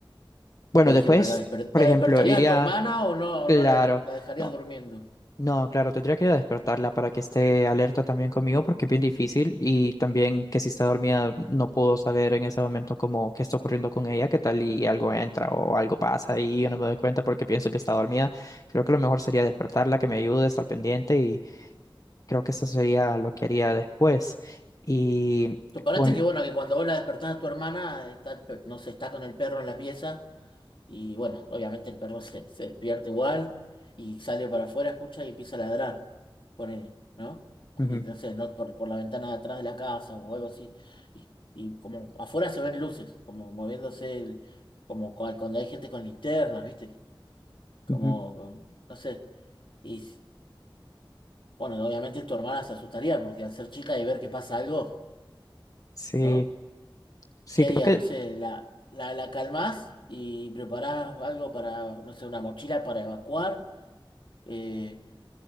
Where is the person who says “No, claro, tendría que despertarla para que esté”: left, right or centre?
Left